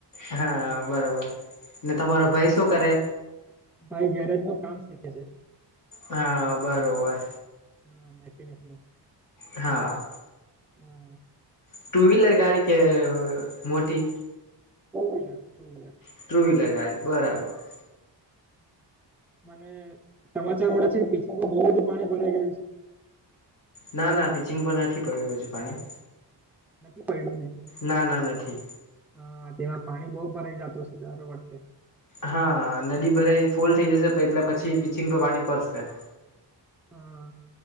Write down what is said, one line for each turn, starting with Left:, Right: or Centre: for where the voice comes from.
Left: હા બરોબર ને
Centre: હા
Left: તમારો ભાઈ શું કરે.
Centre: ભાઈ ઘેરજ નુ કામ શીખે છે.
Left: હા બરોબર.
Centre: હા મેકેનિક નુ.
Left: હા.
Centre: હા.
Left: ટુ વ્હીલર ગાડી કે મોટી.
Centre: શમીલર શોલ.
Left: ટ્રુ વ્હીલર ગાડી બરાબર.
Centre: મને સમાચાર મળે છે પીચંગમાં બહુ બધું પાણી ભરાઈ ગયું છે.
Left: ના ના પિચિંગ પણ નથી પડ્યું હજુ પાણી.
Centre: નથી પૈડીયું ને.
Left: ના ના નથી.
Centre: હા તેમાં પાણી બહુ ભરાય જતું દર વખતે.
Left: હા નદી ભરા ફૂલ થઈ જશે પણ એટલે પછી પિચિંગ પર પાણી પડશે.
Centre: હા